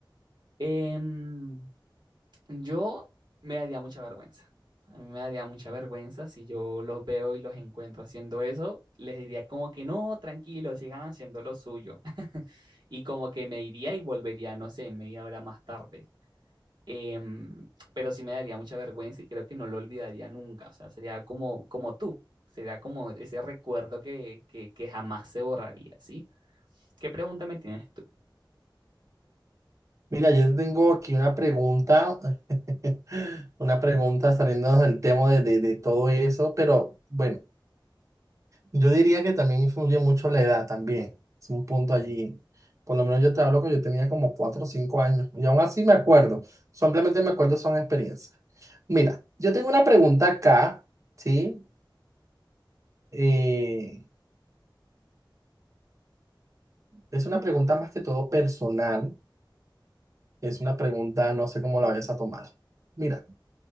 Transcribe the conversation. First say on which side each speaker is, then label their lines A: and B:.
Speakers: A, on the right; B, on the right.
A: Em, Yo me daría mucha vergüenza. A mí me daría mucha vergüenza si yo los veo y los encuentro haciendo eso. Les diría como que no, tranquilo, sigan haciendo lo suyo. <laughs> Y como que me iría y volvería, no sé, media hora más tarde. Em, pero sí me daría mucha vergüenza y creo que no lo olvidaría nunca. O sea, sería como, como tú. Sería como ese recuerdo que, que, que jamás se borraría, ¿sí? ¿Qué pregunta me tienes tú?
B: Mira, yo te tengo aquí una pregunta, <laughs> una pregunta saliendo del tema de, de, de todo eso, pero bueno, Yo diría que también influye mucho la edad también. Es un punto allí. Por lo menos yo te hablo que yo tenía como cuatro o cinco años. Y aún así me acuerdo. Simplemente me acuerdo son experiencias. Mira, yo tengo una pregunta acá, ¿sí? Eh, es una pregunta más que todo personal. Es una pregunta, no sé cómo la vayas a tomar. Mira,